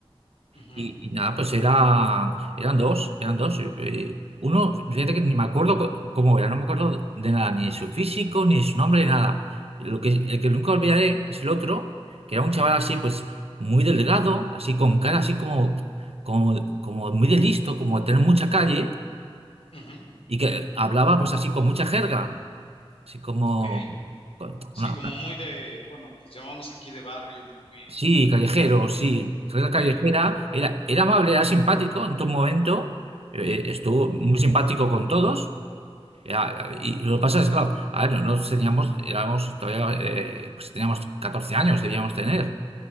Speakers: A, on the left; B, on the right.
A: ujú,
B: Y, y nada, pues eran, eran dos, eran dos. eh, uno, fíjate que ni me acuerdo co- cómo era, no me acuerdo de nada, ni de su físico, ni de su nombre, nada. Lo que, el que nunca olvidaré es el otro, que era un chaval así, pues muy delgado, así con cara así como, como, como muy de listo, como de tener mucha calle,
A: ujú,
B: y que hablaba pues así con mucha jerga, así como...
A: ok.
B: con
A: Sí,
B: una-
A: como muy de, bueno, les llamamos aquí de barrio, muy,
B: Sí, callejero, sí. Real Callejera
A: sí,
B: era, era amable, era simpático en todo momento. eh, estuvo muy simpático con todos. era- y lo que pasa es, claro, a ver, nosotros teníamos, éramos todavía, eh, pues teníamos 14 años, debíamos tener.